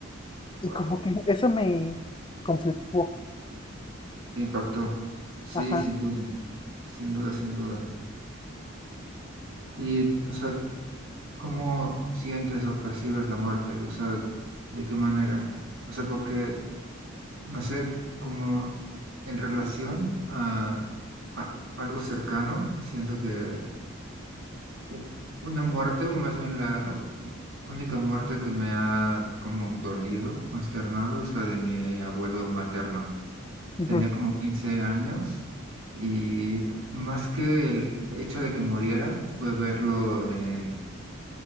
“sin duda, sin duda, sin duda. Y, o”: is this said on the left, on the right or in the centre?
Right